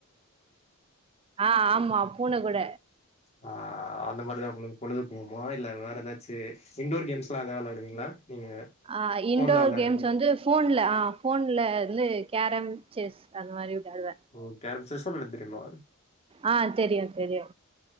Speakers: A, on the right; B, on the left.
A: ஆ ஆமா பூன கூட
B: அ அந்த மாரி தா உங்ளுக்கு பொழுது போகுமா இல்ல வேற எதாச்சு இண்டோர் கேம்ஸ்லா நெறைய வெளாடுவீங்களா நீங்க
A: அ இன்டோர்
B: ஃபோன்ல வெளாடுறது
A: கேம்ஸ் வந்து ஃபோன்ல அ ஃபோன்ல வந்து கேரம் செஸ் அந்த மாரி விளையாடுவே
B: ஓ கேரம் செஸ் வெளாட தெரியுமா
A: அ தெரியு தெரியு